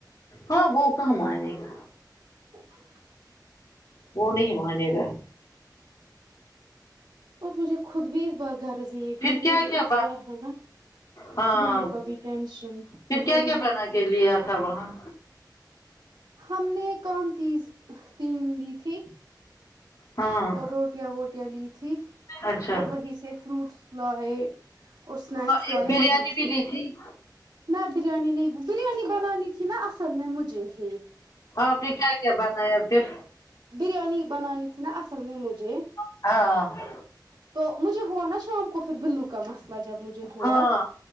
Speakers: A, on the left; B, on the right.
A: ہاں وہ کہاں مانے گا
B: <unintelligible>
A: وہ نہیں مانے گا
B: اور مجھے خود بھی اس بار گر کیکہ
A: پھر
B: مجھے
A: کیا کیا
B: اس بار ہے نا
A: ہاں
B: بیلو کا بھی ٹینشن
A: پھر کیا
B: وہ
A: کیا
B: نہیں
A: بنا کے لیا تھا وہاں
B: رہ ہم نے کون تیز تین لی تھی
A: ہاں
B: اور روٹیاں ووٹیاں لی تھی
A: اچھا
B: اور وہیں سے فروٹس لائے اور اسنیکس
A: ایک
B: لائے
A: بریانی
B: وہیں
A: بھی
B: سے
A: لی تھی
B: نہ بریانی نہیں بریانی بنانی تھی نا اصل میں مجھے ہے
A: ہاں پھر کیا کیا بنایا پھر
B: بریانی بنانی تھی نا اصل میں مجھے
A: ہاں
B: تو مجھے ہوا نا شام کو پھر بیلو کا مسئلہ جب مجھے ہوا
A: ہاں